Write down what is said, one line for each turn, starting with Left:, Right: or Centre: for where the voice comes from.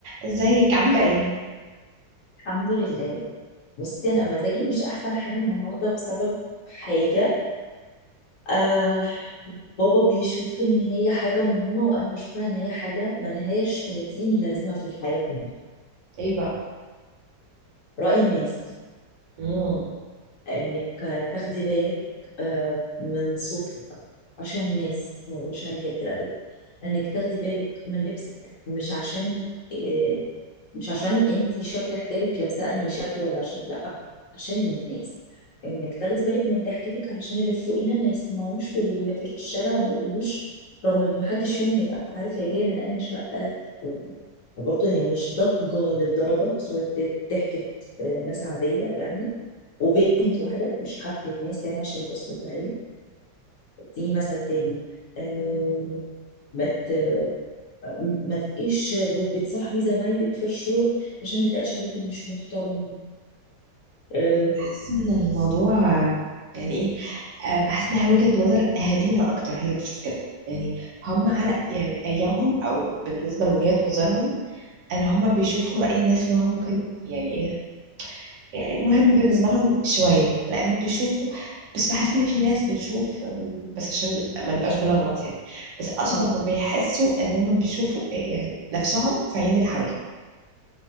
Right: ازيك عاملة ايه؟
Left: الحمد لله بصي انا مزاجي مش احسن حاجه النهارده بسبب حاجه آه بابا بيشوف ان هي حاجه مهمه وانا بشوفها ان هي حاجه ملهاش 30 لازمه في الحياه كلها
Right: ايه بقى
Left: راي الناس
Right: امم
Left: انك تاخدي بالك آه من صوتك عشان الناس ما يقولوش عليك قلة الادب انك تاخدي بالك من لبسك مش عشان آه، مش عشان انت شكل حجابك لابسه انهي شكل ولا عشان لا عشان الناس انك تاخدي بالك من ضحكتك علشان اللي فوقينا ما يسمعوش واللي في الشارع ما يقولوش رغم ان ما حدش فيهم هيبقى عارف هي جايه من انهي شقه برضه هي مش ضجه للدرجه صوت ضحكه آه، ناس عاديه يعني وبنت واحده مش حفله ناس يعني عشان يبقى الصوت عالي دي مثل تاني أه ما ت- ما تبقيش بتصاحبي زمايلك في الشغل عشان ما يتقالش عليكي مش محترمة اه
Right: بحس ان الموضوع آم، يعني ايه آه، بحس انها وجهة نظر اهالينا اكتر هي اللي بتشوف كده يعني هم على يعني ايامهم او بالنسبة لوجهات نظرهم ان هم بيشوفوا رأي الناس ان هو ممكن يعني ايه يعني مهم بالنسبة لهم شوية لانه بيشوفوا بس بحس ان في ناس بتشوف آم، بس عشان ما نبقاش بنغلط يعني بس اقصد
Left: اه
Right: هم بيحسوا ان هم بيشوفوا آه، يعني نفسهم في عين اللي حواليهم